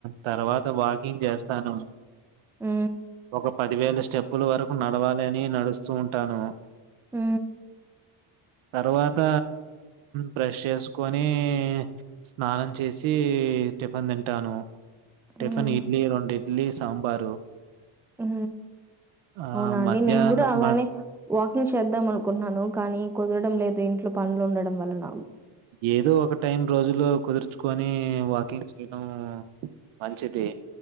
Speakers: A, on the right (about 70°); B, in the centre.
A: తర్వాత వాకింగ్ చేస్తాను
B: మ్
A: ఒక పదివేల స్టెప్పులు వరకు నడవాలి అని నడుస్తూ ఉంటాను
B: హ
A: తర్వాత బ్రష్ చేసు కోని స్నానం చేసి టిఫిన్ తింటాను
B: హ్మ్.
A: టిఫిన్ ఇడ్లీ రెండు ఇడ్లీ సాంబారు
B: ఆ
A: ఆ
B: అవునా అండి
A: మధ్యాహ్నం
B: నేను కూడా అలానే
A: మ
B: వాకింగ్ చేద్దాం అనుకుంటున్నాను కానీ కుదరడం లేదు ఇంట్లో పనులు ఉండడం వలన
A: ఏదో ఒక టైం రోజులో కుదుర్చుకని అనీ వాకింగ్ చేయడం మంచిది